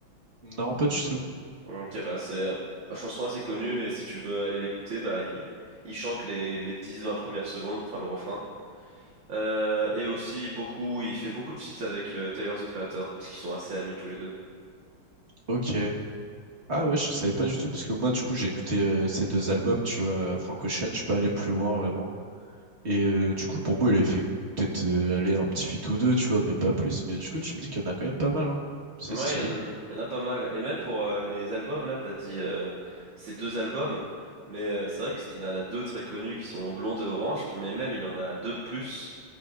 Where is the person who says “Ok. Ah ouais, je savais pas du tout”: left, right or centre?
Right